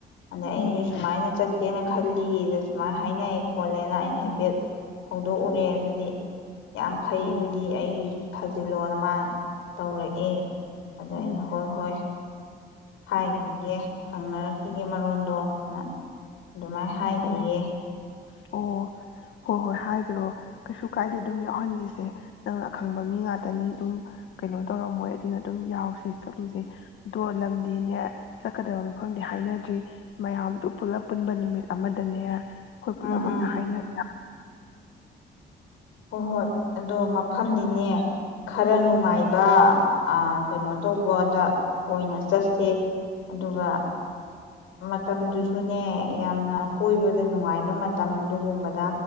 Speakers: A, on the left (about 85°); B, on the left (about 70°).
A: ꯑꯗ ꯑꯩꯁꯨ
B: ꯎꯝ
A: ꯁꯨꯃꯥꯏꯅ ꯆꯠꯀꯦꯅ ꯈꯜꯂꯤ ꯁꯨꯃꯥꯏꯅ ꯍꯥꯏꯅꯩ ꯈꯣꯠꯂꯦꯅ ꯑꯩꯅ ꯍꯥꯏꯐꯦꯠ ꯍꯧꯗꯣꯛꯎꯔꯦ ꯑꯗꯨꯗꯤ ꯌꯥꯝ ꯐꯩ ꯑꯗꯨꯗꯤ
B: ꯑꯣ
A: ꯑꯩ ꯊꯥꯖꯤꯜꯂꯣ ꯑꯃ ꯇꯧꯔꯛꯏ ꯑꯗ
B: ꯎꯝ
A: ꯑꯩꯅ ꯍꯣꯏ ꯍꯣꯏ ꯍꯥꯏ ꯑꯗꯨꯦ ꯍꯪꯅꯔꯛꯈꯤ ꯒꯤ ꯃꯔꯣꯟꯗꯣꯅ ꯑꯗꯨꯃꯥꯏꯅ ꯍꯥꯏꯈꯤꯌꯦ
B: ꯑꯣ ꯑꯣ ꯍꯣꯏ ꯍꯣꯏ ꯍꯥꯏꯈ꯭ꯔꯣ ꯀꯩꯁꯨ ꯀꯥꯏꯗꯦ ꯑꯗꯨꯝ ꯌꯥꯎꯍꯟꯁꯤꯁꯦ ꯅꯪꯅ ꯑꯈꯪꯕ ꯃꯤ ꯉꯥꯛꯇꯅꯤ ꯑꯗꯨꯝ ꯀꯩꯅꯣ ꯇꯧꯔꯝꯃꯣꯏ ꯑꯗꯨꯅ ꯑꯗꯨꯝ ꯌꯥꯎꯁꯤ ꯆꯠꯂꯨꯁꯦ ꯑꯗꯣ ꯂꯝꯗꯤꯅꯦ ꯆꯠꯀꯗꯕ ꯃꯐꯝꯗꯤ ꯍꯥꯏꯅꯗ꯭ꯔꯤ ꯃꯌꯥꯝꯗꯨ ꯄꯨꯂꯞ ꯄꯨꯟꯕ ꯅꯨꯃꯤꯠ ꯑꯃꯗꯅꯦ ꯑꯩꯈꯣꯏ ꯄꯨꯂꯞ
A: ꯎꯝ
B: ꯑꯣꯏꯅ
A: ꯎꯝ
B: ꯍꯥꯏꯅꯤ ꯍꯥꯏꯕ ꯑꯗꯨ
A: ꯍꯣꯏ ꯍꯣꯏ ꯑꯗꯣ ꯃꯐꯝꯗꯤꯅꯦ ꯈꯔ ꯅꯨꯡꯉꯥꯏꯕ ꯀꯩꯅꯣ ꯇꯧꯕꯗ ꯑꯣꯏꯅ ꯆꯠꯁꯦ ꯑꯗꯨꯒ ꯃꯇꯝꯗꯨꯁꯨꯅꯦ ꯌꯥꯝꯅ ꯀꯣꯏꯕꯗ ꯅꯨꯡꯉꯥꯏꯕ ꯃꯇꯝ ꯑꯗꯨꯒꯨꯝꯕꯗ